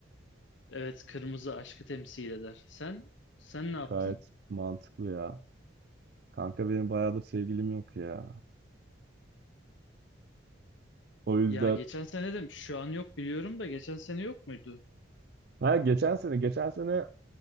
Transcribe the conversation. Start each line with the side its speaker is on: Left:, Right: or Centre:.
Left: Evet, kırmızı aşkı temsil eder. Sen sen ne yaptın?
Right: Gayet mantıklı ya. Kanka benim bayağıdır sevgilim yok ya. O yüzden
Left: Ya geçen sene de şu an yok biliyorum da geçen sene yok muydu?
Right: ha geçen sene geçen sene